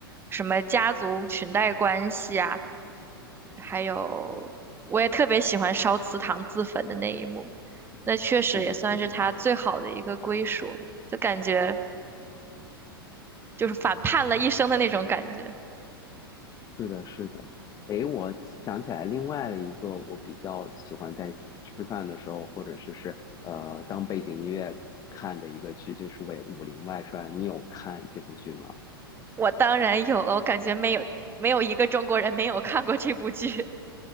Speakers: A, on the right; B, on the left.
A: 什么家族裙带关系啊，还有我也特别喜欢烧祠堂自焚的那一幕，那确实也算是他最好的一个归属了，
B: 是的，是的，
A: 就感觉就是反叛了一生的那种感觉。
B: 是的，是的。诶，我想起来另外的一个，我比较喜欢在吃饭的时候，或者就是呃当背景音乐看的一个剧，就是为《武林外传》。你有看这部剧吗？
A: 我当然有了，我感觉没有没有一个中国人没有看过这部剧。